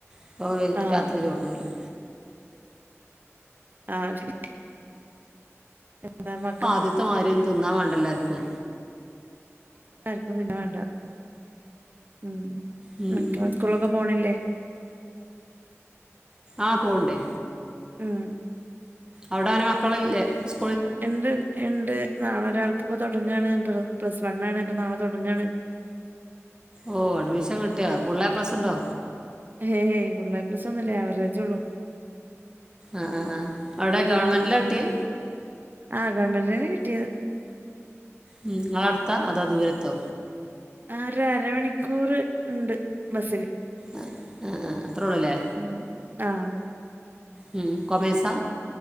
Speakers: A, on the right; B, on the right.
A: ഇപ്പം
B: ആഹ് ആഹ്
A: രാത്രി ചോർന്നൂല-
B: ആഹ് ശരി എന്താന്ന?
A: പ്പ ആദ്യത്തെമാരീ തിന്നാ വേണ്ടല്ലർക്കും.
B: അർക്കും തിന്നാൻ വേണ്ട ഉംമക്കളക്കെ
A: ഉം, ഉം, ഉം.
B: സ്കൂളൊക്കെ പോണില്ലേ?
A: ആഹ് പോവ്ണ്ട്.
B: ഉം
A: അവിടാന മക്കളില്ലേ സ്
B: എണ്ട് എണ്ട് നാളെ ഒരാൾക്ക് ഇപ്പോ തുടങ്ങയാണ് പ്ലസ് വണ്ണാണ് അപ്പൊ നാളെ തൊടങ്ങാണ്.
A: ഓഹ് അഡ്മിഷൻ കിട്ടിയോ ഫുള്ള് എ പ്ലസ് ഉണ്ടോ?
B: ഏഹ് ഫുള്ള് എ പ്ലസ് ഒന്നുല്ല അവറേജ് ഉള്ളു.
A: ആഹ് ആഹ് ആഹ് അവ്ടെ
B: ഉം
A: ഗവൺമെന്റ്ലാ
B: ഉം
A: കിട്ട്യേ
B: ആഹ് ഗവൺമെൻ്റിലെന്നെ കിട്ട്യേത്
A: ഉം ഇങ്ങളട്ത്താ അതാ ദൂരത്തോ
B: ആഹ് ഒര് അരമണിക്കൂറ് ഇണ്ട് ബസ്സ്ന്
A: ആഹ് ആഹ് ആഹ് അത്രൊള്ളുലേ
B: ഉം ആഹ്
A: ഉം കൊമേഴ്‌സാ